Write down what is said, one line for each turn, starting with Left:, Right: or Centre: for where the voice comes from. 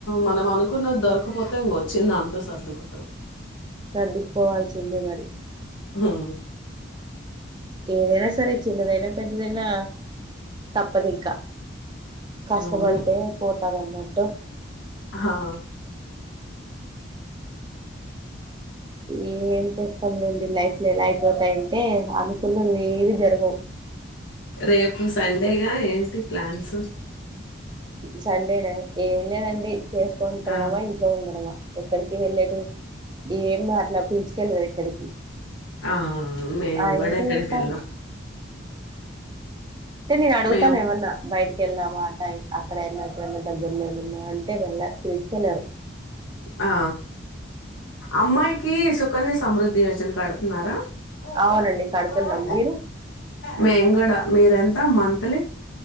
Left: మనం అనుకు అనుకున్నది దొరకపోతే ఇంక వచ్చిం దాంతో సర్దుకోవ
Right: సర్దుకుపోవాల్సిందే మరి
Left: హా
Right: ఏదైనా సరే చిన్నదైనా పెద్దదైనా తప్పదు ఇంకా కష్టపడితే
Left: అవును
Right: పోతాది అన్నట్టు
Left: హా
Right: ఏం చేస్తాంలేండి లైఫ్ లో ఎలా అయిపోతాయంటే అనుకున్న వ్వేవి జరగవు
Left: రేపు సండేగా ఏంటి ప్లాన్స్
Right: సండేనే ఏం లేనండి చేసుకు తడమా
Left: ఆ
Right: ఇంట్లో ఉండడమా ఎక్కడికి వెళ్ళేట ఏం అట్లా పిల్చుకెళ్ళరు ఎక్కడికి
Left: ఆ మేము
Right: ఆ
Left: కూడా
Right: ఏదో
Left: ఎక్కడికి
Right: వెళ్తారు
Left: వెళ్ళాం
Right: తె నేను అడుగుతాను
Left: మేము
Right: ఏమన్నా బయటకి వెళ్ళావా అక్కడన్న అక్కడ దగ్గలే మ అ అంటే వెళ్ళ పిలుసుకెన్నారు
Left: ఆ అమ్మాయికి సుకన్య సమృద్ధి యోజన కడుతున్నారా ఆ
Right: అవునండి కడుతున్నాం మీరు
Left: మే కూడాడ మీరెంత మంతంత్లీ